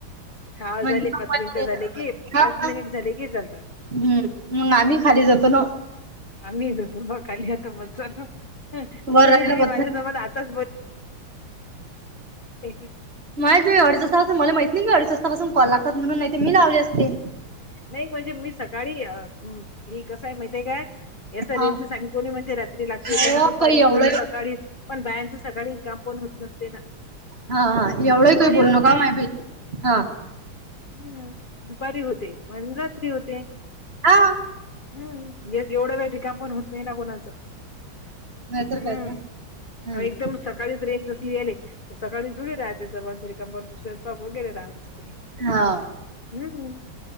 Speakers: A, on the left; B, on the right.
A: हा
B: <unintelligible>
A: झाले पाच मिनिटं झाले की पाच मिनिट झाले की चालतात
B: हम्म मग आम्ही खाली जातो ना ओ.
A: आम्हीच होतो म खाली आता मजा तुम्ही
B: वर राहणं
A: तरी
B: बद्दल
A: माझ्यासोबत आत. <unintelligible>
B: माहित नाही अडीच वाजता पासून मले माहिती नाही ना अडीच वाजता पासुन कॉल लागतात म्हणून नाही त मी लावले असते.
A: नाही म्हणजे मी सकाळी अ उ. ही कसय माहितेय काय याच
B: हा
A: रेंज च सांग कोणी म्हणते रात्री लागते
B: हो
A: कोणी दुपारी
B: काही एवढं
A: कोणी सक काळी पण बायांच सकाळी काम पण होत नसते ना.
B: हा हा एवढंही
A: दुपारी
B: काही बोलू
A: होते
B: नका माय भई हा हा.
A: हम्म. दुपारी होते मण रात्री होते.
B: हा
A: हम्म हेत एवढं वेळ रीकाम पण होत नाही ना कोणाचं.
B: नाहीतर
A: हम्म
B: काय तर हम्म
A: अहो एकदम सकाळीच रेंज इयेले. सकाळी जुडी राहते सर्वन रिकामं मंग स्वयंपाक वगैरे राहत असते.
B: हा.
A: हम्म.